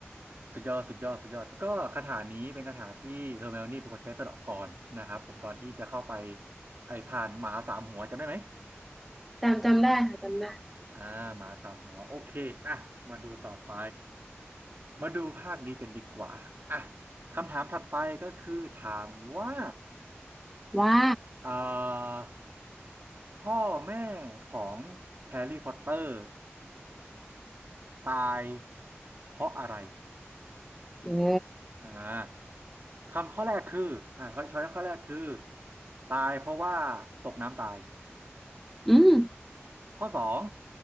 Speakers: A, on the right; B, in the centre.
A: สุดยอดสุดยอดสุดยอดแล้วก็คาถานี้เป็นคาถาที่เฮอร์ไมโอนี่เป็นคนใช้สะเดาะก่อนนะครับผมตอนที่จะเข้าไปไอ้ผ่านหมาสามหัวจำได้ไหม
B: จำจำได้ค่ะจำได้
A: อ่าหมาสามหัวโอเคอ่ะมาดูต่อไปมาดูภาคนี้กันดีกว่าอ่ะคำถามถัดไปก็คือถามว่า
B: ว่า
A: เอ่อพ่อแม่ของแฮร์รี่พอตเตอร์ตายเพราะอะไร
B: โอ้
A: อ่าคำข้อแรกคืออ่าช้อยช้อยข้อแรกคือตายเพราะว่าตกน้ำตาย
B: อืม
A: ข้อสอง